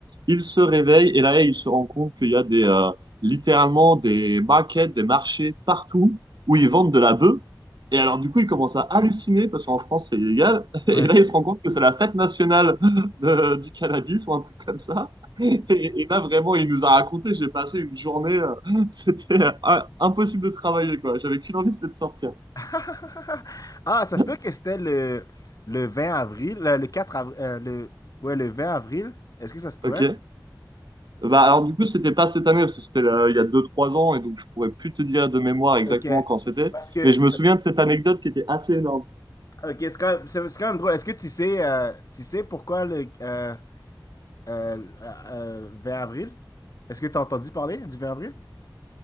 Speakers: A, on the right (about 65°); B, on the left (about 50°).
A: Il se réveille et là, il se rend compte qu'il y a des euh, littéralement des markets, des marchés partout où ils vendent de la bœuf. Et alors, du coup, il commence à halluciner parce qu'en France, c'est illégal. <laughs> Et
B: Ouais.
A: là, il se rend compte que c'est la fête nationale de- du cannabis ou un truc comme ça. Et, et là, vraiment, il nous a raconté, j'ai passé une journée. euh, <laughs> C'était euh, impossible de travailler, quoi. J'avais qu'une envie, c'était de sortir.
B: <laughs> Ah, ça
A: <laughs>
B: se peut que c'était le, le 20 avril, le, le 4 avril, euh, le, ouais, le 20 avril. Est-ce que ça se pourrait?
A: Ok. Bah, alors, du coup, c'était pas cette année, parce que c'était euh, il y a deux trois ans, et donc je pourrais plus te dire de mémoire exactement
B: OK.
A: quand c'était.
B: Parce que,
A: Mais je me souviens de cette anecdote qui était assez énorme.
B: OK, c'est quand même, c'est c'est quand même drôle. Est-ce que tu sais, euh, tu sais pourquoi le euh, euh, euh, 20 avril? Est-ce que tu as entendu parler du 20 avril?